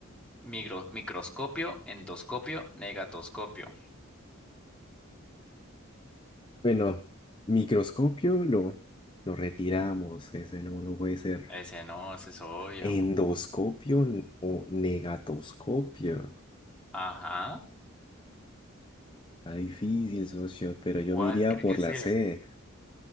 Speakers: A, in the centre; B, on the left.
A: Micro- microscopio, endoscopio, negatoscopio.
B: Bueno, microscopio lo, lo retiramos. Ese no, no puede ser.
A: Ese no, ese es obvio.
B: ¿Endoscopio n- o negatoscopio?
A: Ajá.
B: Está difícil, socio, pero yo
A: ¿Cuál
B: me iría
A: cree
B: por
A: que sea?
B: la C.